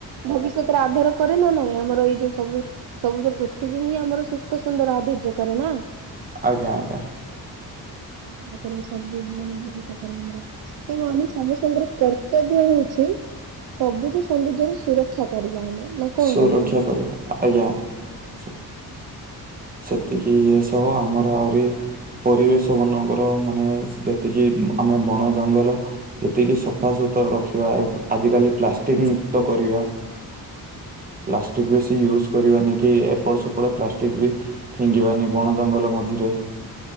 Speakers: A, on the right (about 85°); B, on the right (about 25°).
A: ଭବିଷ୍ୟତରେ ଆଧାର କରେ ନା ନାଇଁ ଆମର ଏଇ ଯୋଉ ସବୁବେଳେ ସବୁଜ ପୃଥିବୀ ହିଁ ଆମର ସୁସ୍ଥ ସୁନ୍ଦର ଆଧର୍ଯ୍ୟ କରେ ନା?
B: ଆଜ୍ଞା ଆଜ୍ଞା।
A: <inaudible> କରିବ ସବୁ ମାନେ ଭବିଷ୍ୟତରେ ଆମର ତେଣୁ ଆମେ ସମସ୍ତଙ୍କର କର୍ତ୍ତବ୍ୟ ହଉଛି ସବୁଜ ସୌନ୍ଦର୍ଯ୍ୟ ର ସୁରକ୍ଷା କରିବା ଆମେ ନା କଣ
B: ସୁରକ୍ଷା
A: କହୁଛନ୍ତି?
B: କରିବା ଆଜ୍ଞା ସୁ ସେତିକି ଏ ସହ ଆମର ଆହୁରି ପରିବେଶ ମାନଙ୍କର ମାନେ ଯେତିକି ଆମେ ବଣ ଜଙ୍ଗଲ ଯେତିକି ସଫା ସୁୁତୁରା ରଖିବା ଆଜିକାଲି ପ୍ଲାଷ୍ଟିକ୍ ତ କରିବା ପ୍ଲାଷ୍ଟିକ ବେଶୀ ୟୁଜ କରିବାନି କି ଏପଟ ସେପଟ ପ୍ଲାଷ୍ଟିକ୍ ବି ଫିଙ୍ଗିବାନି ବଣ ଜଙ୍ଗଲ ମଝିରେ।